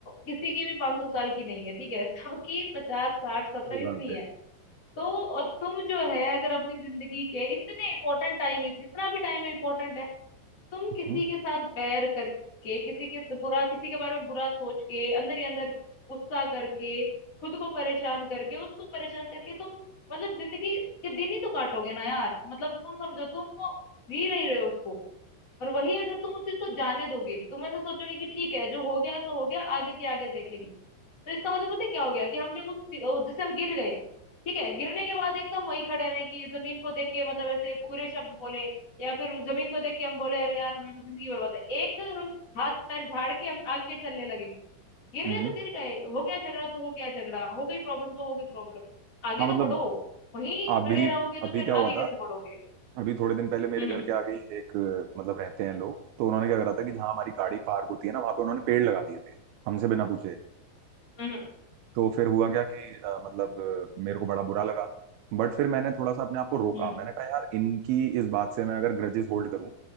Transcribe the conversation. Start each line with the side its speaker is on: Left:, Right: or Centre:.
Left: किसी की भी पांच सौ साल की नहीं है ठीक है सबकी पचास साठ सत्तर
Right: ये
Left: इतनी
Right: बात है
Left: है तो अ, तुम जो है अगर अपनी जिंदगी के इतने इम्पोर्टेंट टाइम इतना भी टाइम इम्पोर्टेंट है तुम किसी
Right: हम्म
Left: के साथ बैर करके किसी के बुरा किसी के बारे में बुरा सोच के अंदर ही अंदर गुस्सा करके खुद को परेशान करके उसको परेशान करके तुम मतलब जिंदगी के दिन ही तो काटोगे ना यार मतलब तुम समझो तुम वो जी नहीं रहे हो उसको और वही अगर तुम उस चीज को जाने दोगे तुम ऐसे सोचोगे कि ठीक है जो हो गया सो हो गया आगे के आगे देखेंगे तो इसका मतलब पता है क्या हो गया कि हमने उस जैसे हम गिर गए ठीक है गिरने के बाद एक तो हम वहीं खड़े रहे कि जमीन को देख के मतलब ऐसे पूरे शब्द बोले या फिर जमीन को देख के हम बोले अरे यार हमारी तो जिंदगी बर्बाद है एक हम हाथ पैर झाड़ के हम आगे चलने लगे गिर
Right: हम्म
Left: गए तो गिर गए हो गया झगड़ा तो हो गया झगड़ा हो गई प्रॉब्लम तो हो गई प्रॉब्लम आगे
Right: हाँ
Left: तो
Right: मतलब
Left: बढ़ो वहीं
Right: अभी
Left: खड़े रहोगे तो
Right: अभी
Left: फिर
Right: क्या
Left: आगे
Right: हुआ था
Left: कैसे बढ़ोगे
Right: अभी थोड़े दिन पहले मेरे
Left: हम्म
Right: घर के आगे ही एक अ, मतलब रहते हैं लोग तो उन्होंने क्या करा था कि जहाँ हमारी गाड़ी पार्क होती है ना वहां पे उन्होंने पेड़ लगा दिए थे हमसे बिना पूछे
Left: हम्म हम्म
Right: तो फिर हुआ क्या कि अ, मतलब अ, मेरे को बड़ा बुरा लगा बट फिर मैंने थोड़ा सा अपने आप को रोका
Left: हम्म हम्म,
Right: मैंने कहा यार इनकी इस बात से मैं अगर ग्रजेस होल्ड करूं